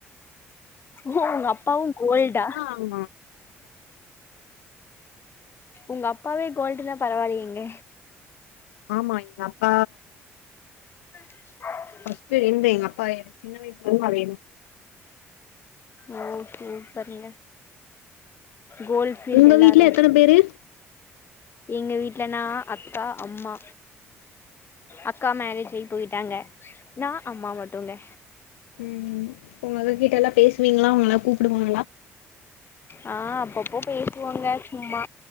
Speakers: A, on the left; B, on the left.
A: ஓ ஒங்க அப்பாவு கோல்டா
B: ஆமா
A: ஒங்க அப்பாவே கோல்டுனா பரவால்லயேங்க
B: ஆமா எங்க அப்பா
A: <inaudible>
B: ஃபஸ்ட் இருந்த எங்க அப்பா சின்ன வய்ஸ்லேருந்து அதே தா
A: ஓ ஹோ சரிங்க கோல்ஃபீல்டு
B: உங்க
A: எல்லாரு
B: வீட்ல எத்தன பேரு
A: எங்க வீட்ல நா அக்கா அம்மா அக்கா மேரேஜ் ஆயி போயிட்டாங்க நா அம்மா மட்டுங்க
B: ம் உங்க அக்கா கிட்டலா பேசுவீங்ளா உங்களலா கூப்டுவாங்ளா
A: ஆ அப்பப்போ பேசுவோங்க சும்மா